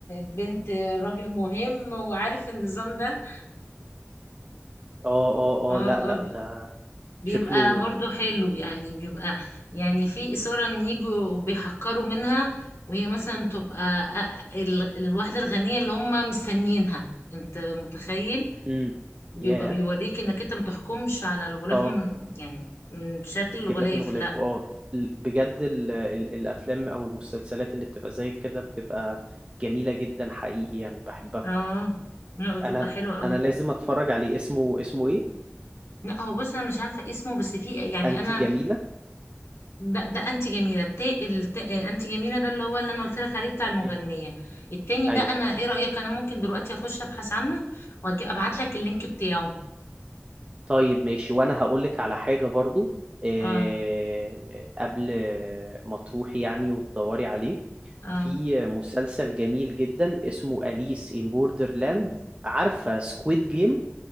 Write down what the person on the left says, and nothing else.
بنت راجل مهم وعارف النظام ده
اه
اه بي-
بيبقى
برضو حلو يعني بيبقى يعني في إثارة ان يجوا بيحقروا منها وهي مثلا تبقى أ- ال- الواحدة الغنية اللي هم مستنيينها انت متخيل
بيبقى
بيوريك انك انت متحكمش على الغلاف
من يعني من شكل
الغلاف
لا
اه لا بتبقى
حلوة قوي
لا هو بص انا مش عارفه اسمه بس في يعني
انا
ده, ده انتي جميله التاء الت... انتي جميله ده اللي هو اللي انا قلت لك عليه بتاع المغنيه
التاني
ده انا ايه رايك انا ممكن دلوقتي اخش ابحث عنه واجي ابعت لك اللينك بتاعه
اه
اه